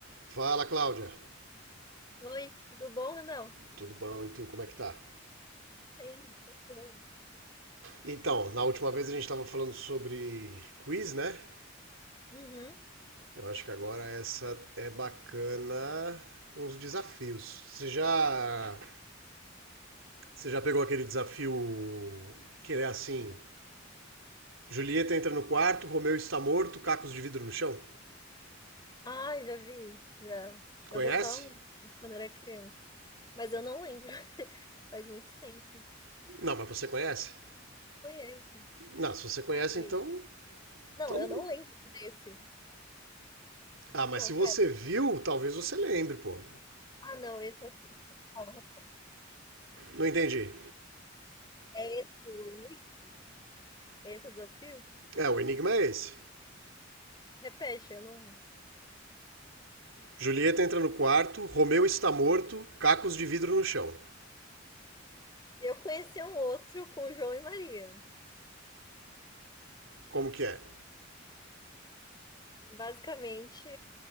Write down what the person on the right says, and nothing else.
Fala, Cláudia.
Tudo bom? E tu, como é que tá?
Então, na última vez a gente estava falando sobre quiz, né?
Eu acho que agora essa é bacana uns desafios. Você já, você já pegou aquele desafio que é assim: Julieta entra no quarto, Romeu está morto, cacos de vidro no chão?
Conhece?
Não, mas você conhece?
Não, se você conhece,
então,
então.
Ah, mas
se
você viu, talvez você lembre, pô.
Não entendi.
É, o enigma é esse.
Julieta entra no quarto, Romeu está morto, cacos de vidro no chão.
Como que é?